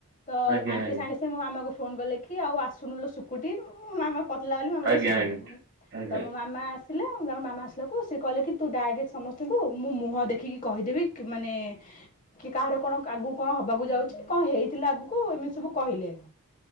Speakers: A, on the left; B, on the right.
A: ତ
B: ଆଜ୍ଞା
A: ଆଣ୍ଟି
B: ଆଜ୍ଞା
A: ସାଙ୍ଗେ ସେ ମୋ ମାମାକୁ ଫୋନ କଲେ କି ଆଉ ଆସୁନୁଲ ଶୁକୁଟି ମୋ ମାମା ପତଲା ବୋଲି ମାମକୁହେ
B: ଆଜ୍ଞା
A: ଶୁକୁଟି
B: ଆଜ୍ଞା ଆଜ୍ଞା।
A: ତ ମୋ ମାମା ଆସିଲେ ତମ ମାମା ଆସିଲାକୁ ସେ କିଲେ କି ତୁ ଡାକେ ସମସ୍ତଙ୍କୁ ମୁଁ ମୁହଁ ଦେଖିକି କହିଦେବି କି ମାନେ କି କାହାର କଣ ଆଗକୁ କଣ ହବାକୁ ଯାଉଛି କଣ ହେଇଥିଲା ଆଗକୁ ଏମି ସବୁ କହିଲେ